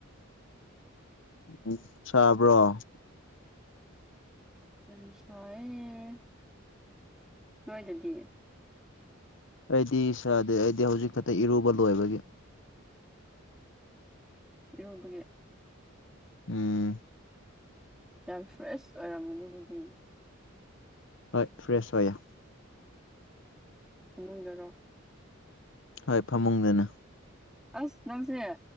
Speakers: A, on the left (about 60°); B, in the centre.
A: ꯎꯝ ꯁꯥꯕ꯭ꯔꯣ?
B: ꯌꯥꯝ ꯁꯥꯌꯦ꯫ ꯅꯣꯏꯗꯗꯤ?
A: ꯑꯩꯗꯤ ꯁꯥꯗꯦ ꯑꯩꯗꯤ ꯍꯧꯖꯤꯛ ꯈꯛꯇ ꯏꯔꯨꯕ ꯂꯣꯏꯕꯒꯤ
B: ꯏꯔꯨꯕꯒꯤ
A: ꯎꯝ
B: ꯌꯥꯝ ꯐ꯭ꯔꯦꯁ ꯑꯣꯏꯔꯝꯒꯅꯤ ꯗꯨꯗꯤ
A: ꯍꯣꯏ ꯐ꯭ꯔꯦꯁ ꯑꯣꯏꯌꯦ
B: ꯐꯃꯨꯡꯗꯔꯣ?
A: ꯍꯣꯏ ꯐꯃꯨꯡꯗꯅꯦ꯫
B: ꯑꯁ ꯅꯪꯁꯦ